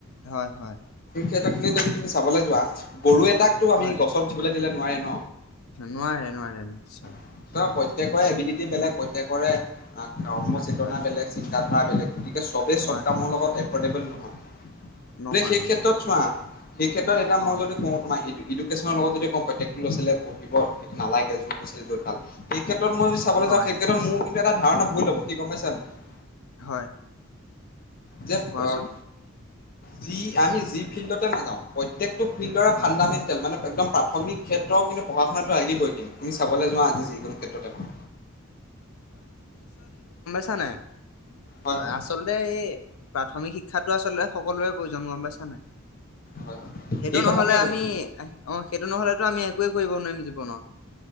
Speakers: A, on the left (about 85°); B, on the left (about 45°).
A: হয়! হয়!
B: খিনি যদি তুমি চাবলৈ যোৱা। গৰু এটাকতো আমি
A: হয়।
B: গছত উঠিবলৈ দিলে নোবাৰে ন!
A: নোৱাৰে, নোৱাৰে, নিশ্চয়।
B: চ' প্ৰত্যেকৰে এবিলিটি বেলেগ, প্ৰত্যেকৰে ধৰ্ম
A: অ',
B: চেতনা
A: হয়,
B: বেলেগ, চিন্তা আ বেলেগ। গতিকে চবেই
A: হয়
B: চব কামৰ
A: হয়,
B: লগত এফৰ্ডেবল নহয়,
A: নহয়
B: বোলে সেই
A: নহয়
B: ক্ষেত্ৰত চোৱা, সেই ক্ষেত্ৰত এতিয়া মই
A: অ'।
B: যদি কওঁ তোমাক ইডুকেছনৰ লগ যদি কওঁ প্ৰত্যেকটো ল'ৰা ছোৱালীয়ে পঢ়িব নালাগে, যোন ল'ৰা ছোৱালী য'ত ভাল সেই ক্ষেত্ৰত মই যদি চলৈ
A: হয়
B: যাওঁ, সেই ক্ষেত্ৰত মোৰ কিন্তু এটা ধাৰণা ভুল হ'ব, কি গম পাইছা নাই?
A: হয়!
B: যে,
A: কোৱাচোন
B: অ' যি আমি, যি ফিল্ডতে নাযাওঁ, প্ৰত্যেক টো ফিল্ডৰে
A: হয়,
B: ফাণ্ডামেণ্টেল মানে একদম প্ৰাথমিক ক্ষেত্ৰৰ কিন্তু পঢ়া শুনাটো লাগিবই কিন্তু, তুমি চাবলৈ যোৱা যিকোনো ক্ষেত্ৰতেই হওক।
A: কথা নাই,
B: হয় হয়
A: আচলতে এই প্ৰাথমিক শিক্ষাটো আচলতে, সকলোৱে প্ৰয়োজন, গম পাইছা নাই?
B: হয় হয়
A: সেইটো
B: এই
A: নহ'লে
B: কথাটোৱে কৈছো
A: আমি, অ' সেইটো নহ'লে টো আমি একোৱে কৰিব নোৱাৰিম জীৱনত।